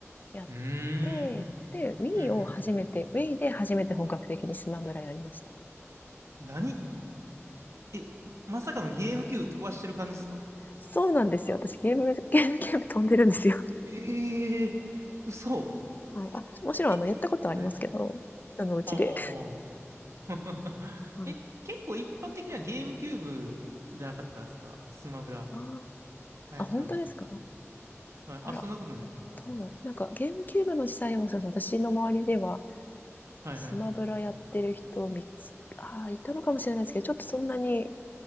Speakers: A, on the left; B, on the right.
A: やっ
B: うん。うーん。
A: て、で、Wii
B: うん
A: を初めて、Wii で初めて本格的にスマブラやりました。
B: うん。何え、まさかのゲームキューブ飛ばしてる感じですか
A: そうなんですよ。私ゲーム、ゲーム、ゲーム飛んでるんですよ。
B: ええー、嘘。
A: はい。あ、もちろん、
B: え、
A: あの、やったことはありますけど、
B: はい。
A: あの、うちで。
B: ああ。<laughs>
A: はい。
B: え、結構一般的にはゲームキューブじゃなかったですかスマブラ。
A: あ
B: 流行ったの。
A: あ、本当ですか
B: はい。
A: あら、
B: あ、そんなことない。
A: どうだろう。なんか、ゲームキューブの時代もそうですね、私の周りでは、
B: はいはい。
A: スマブラやってる人を見つ、ああ、いたのかもしれないですけど、ちょっとそんなに